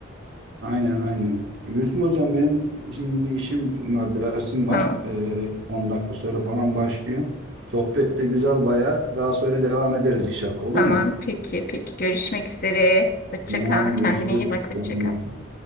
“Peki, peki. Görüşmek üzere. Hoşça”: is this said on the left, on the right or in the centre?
Left